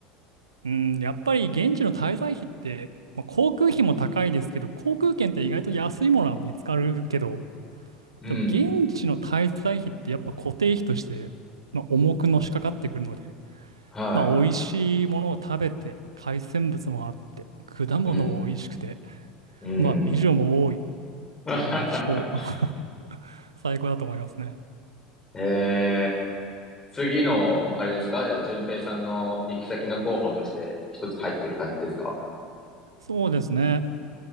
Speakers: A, on the right (about 75°); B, on the left (about 20°).
A: うん、やっぱり現地の滞在費って、まあ、航空費も高いですけど、航空券って意外と安いものは見つかるけど、
B: うん。
A: でも現地の滞在費ってやっぱ固定費として、まあ、重くのしかかってくるので、
B: は
A: まあ美味しいものを食べて、海鮮物もあって、果物も美味しくて、
B: い。うん。うん。
A: まあ美女も多い、
B: <laughs>
A: まあ、メキシコ <laughs> 最高だと思いますね。
B: えー、次の、あれですかじゃあ、順平さんの行き先の候補として一つ入ってる感じですか
A: そうですね。